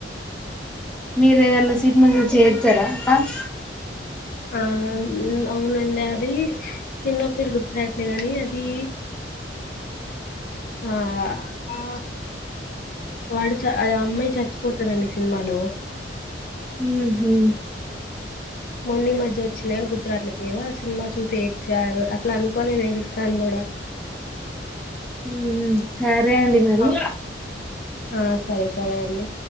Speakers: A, in the centre; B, on the left.
A: మీరెఏదన్నా సినిమా చూసి ఏడ్చారా అక్కా <inaudible>
B: ఆ అవును అవునండే అది సినిమా పేరు గుర్తురాట్లేదండి అది ఆ ఆ వాడు చాలా అమ్మాయి చచ్చి పోతదండి సినిమాలో
A: ఉహు
B: మొన్ని ఈ మధ్య వచ్చింది కాని గుర్తురాట్లేదు, ఆ సినిమా చూసి ఏడ్చారు అసలు అనుకోలే నేను ఏడుస్తాను కూడా
A: ఉమ్మ్ సరే అండి మరి
B: అవ్ ఆ సరే సరే అండి